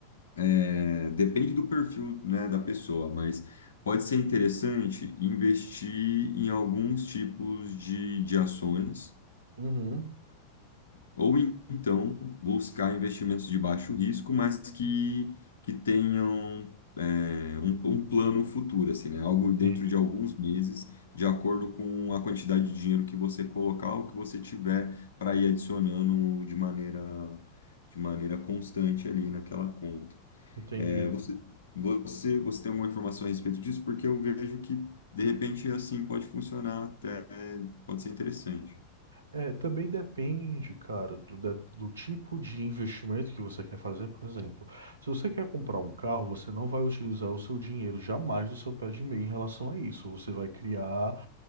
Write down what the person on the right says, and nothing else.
Uhum,
entendi.
Entendido.
É, também depende, cara, do, de- do tipo de investimento que você quer fazer, por exemplo. Se você quer comprar um carro, você não vai utilizar o seu dinheiro jamais do seu pé de meia em relação a isso. Você vai criar,